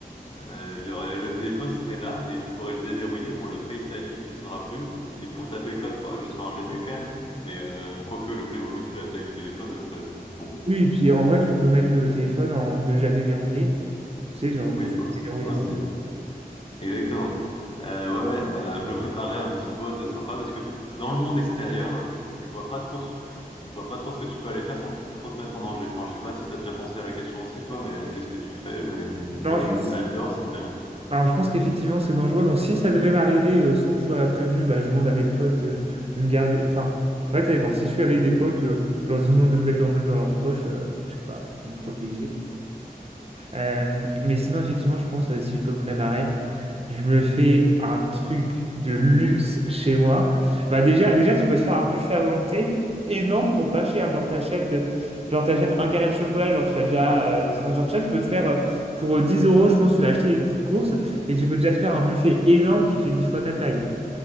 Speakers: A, on the left; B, on the right.
A: Euh, j'aurais, le téléphone serait là et je pourrais le déverrouiller. Bon, le Face ID fonctionnera plus, et pour taper le code, faudra que je sois ingénieux quand même, mais euh, quoique le Playmobil fait la taille du téléphone à peu près, donc bon.
B: Oui, et puis en vrai, tu peux mettre le téléphone en ne jamais verrouiller. Tu sais, genre,
A: Oui,
B: tu
A: aussi.
B: déverrouilles
A: aussi.
B: avant.
A: Exactement. Euh, ouais, ouais, bah, je me préparais à une petite boîte sympa parce que dans le monde extérieur, je vois pas trop, ce- je vois pas trop ce que tu peux aller faire sans trop te mettre en danger. Enfin, je sais pas si tu as déjà pensé à la question aussi, toi, mais euh, qu'est-ce que tu ferais? Mais moi,
B: Non, je
A: je,
B: pense.
A: aller dehors, ça me dit rien.
B: Alors, je pense qu'effectivement, c'est dangereux. Donc, si ça devait m'arriver euh, sans que je sois prévenu, bah, je demande à mes potes euh, de me garder. Enfin, en fait, ça dépend. Si je suis avec des potes, euh, je leur <laughs> demande de me mettre dans, dans leur poche, euh, je sais pas, de me protéger. Euh, mais sinon, effectivement, je pense, euh, si je peux me préparer, je me fais un truc de luxe chez moi. Bah déjà, déjà, tu peux te faire un buffet à volonté énorme pour pas cher. Genre, t'achètes, euh, genre, t'achètes un carré de chocolat, genre, tu vas déjà... euh, Enfin, genre, tu vois, tu peux te faire... euh, pour euh, 10 euros, je pense, tu vas acheter des petites courses et tu peux déjà te faire un buffet énorme qui fait 10 fois ta taille.